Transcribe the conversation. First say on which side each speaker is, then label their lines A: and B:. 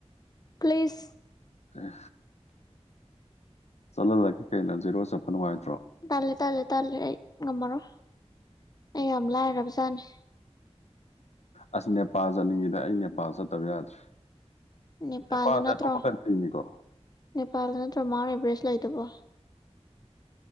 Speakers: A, on the left; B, on the left.
A: ꯄ꯭ꯂꯤꯁ
B: ꯑꯦ ꯆꯂ ꯂ ꯀꯩꯅꯖꯖꯤꯔꯣ ꯁꯄꯅꯨ ꯍꯥꯏ
A: ꯇꯥꯜꯂꯦ ꯇꯥꯜꯂꯦ ꯇꯥꯜꯂꯦ ꯑꯩ ꯉꯝꯃꯔꯣꯏ ꯅ ꯌꯥꯝ ꯂꯥꯏꯔꯕꯖꯥꯠꯅꯤ
B: ꯑꯁ ꯅꯦꯄꯥꯜ ꯆꯠꯅꯤꯡꯉꯤꯗ ꯑꯩ ꯅꯦꯄꯥꯜ ꯆꯠꯇꯕ ꯌꯥꯗ꯭ꯔꯦ
A: ꯅꯦꯄꯥꯜꯗ
B: ꯅꯦꯄꯥꯜꯁꯦ
A: ꯅꯠꯇ꯭ꯔꯣ
B: ꯑꯇꯣꯞꯄ ꯀꯟꯇ꯭ꯔꯤꯅꯤꯀꯣ
A: ꯅꯦꯄꯥꯜꯗ ꯅꯠꯇ꯭ꯔꯣ ꯃꯥ ꯂꯥꯏ ꯇꯧꯕꯣ